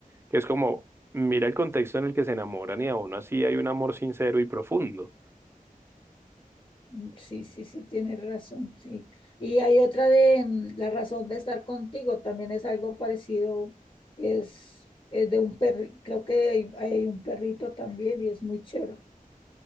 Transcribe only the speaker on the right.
que es como, mira el contexto en el que se enamoran y aún así hay un amor sincero y profundo.